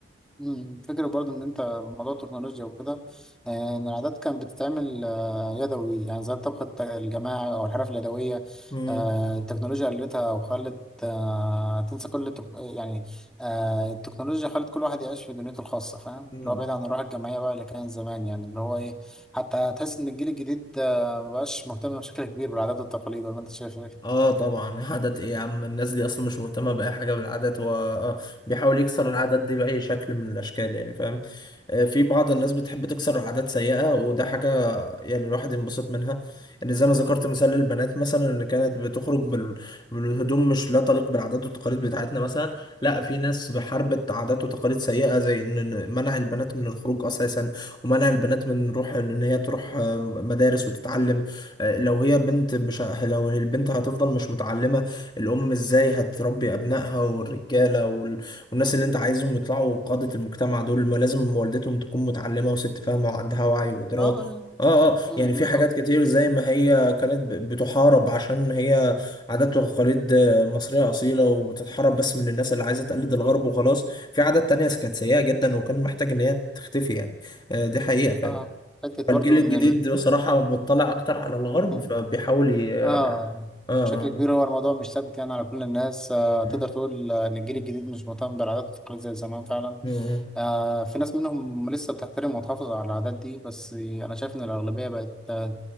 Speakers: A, in the centre; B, on the left.
A: مم. فكرة برضو إن أنت موضوع التكنولوجيا وكده آه، إن العادات كانت بتتعمل آه، يدوي يعني زي الطبخ الت- الجماعي أو الحرف اليدوية
B: مم.
A: آه، التكنولوجيا قلتها وخلت آه، تنسى كل التك... يعني آه، التكنولوجيا خلت كل واحد يعيش في دنيته الخاصة فاهم
B: مم.
A: اللي هو بعيد عن الروح الجماعية بقى اللي كان زمان يعني اللي هو إيه حتى تحس إن الجيل الجديد آه، مبقاش مهتم بشكل كبير بالعادات والتقاليد ولا أنت شايف إيه؟
B: اه طبعا عادات ايه يا عم الناس دي اصلا مش مهتمه باي حاجه بالعادات هو آه، بيحاول يكسر العادات دي باي شكل من الاشكال يعني فاهم آه، في بعض الناس بتحب تكسر عادات سيئه وده حاجه يعني الواحد ينبسط منها يعني زي ما ذكرت مثال للبنات مثلا اللي كانت بتخرج بال... بالهدوم مش لا تليق بالعادات والتقاليد بتاعتنا مثلا لا في ناس بحاربت عادات وتقاليد سيئة زي ان إن منع البنات من الخروج اساسا ومنع البنات من روح ان هي تروح آه، مدارس وتتعلم آه، لو هي بنت مش ه- لو البنت هتفضل مش متعلمة الام ازاي هتربي ابنائها والرجالة وال... والناس اللي انت عايزهم يطلعوا قادة المجتمع دول ما لازم والدتهم تكون متعلمة وست فاهمة وعندها وعي وإدراك
A: آه
B: اه اه
A: آه
B: يعني في حاجات
A: آه
B: كتير زي ما هي كانت ب- بتحارب عشان هي عادات وتقاليد آه، مصرية أصيلة وبتتحارب بس من الناس اللي عايزة تقلد الغرب وخلاص في عادات تانية كانت سيئة جدا وكان محتاج إن هي تختفي يعني آه، دي حقيقة فعلا
A: آه. حتة برضو
B: فالجيل
A: إن
B: الجديد بصراحة مطلع أكتر على الغرب
A: ال...
B: فبيحاول ي... اه
A: اه
B: اه آه.
A: بشكل كبير هو الموضوع مش ثابت يعني على كل الناس آه
B: م-
A: تقدر تقول آه، ان الجيل الجديد مش مهتم بالعادات والتقاليد زي زمان فعلا
B: م.
A: آه في ناس منهم لسه بتحترم وتحافظ على العادات دي بس انا شايف ان الاغلبيه بقت آه،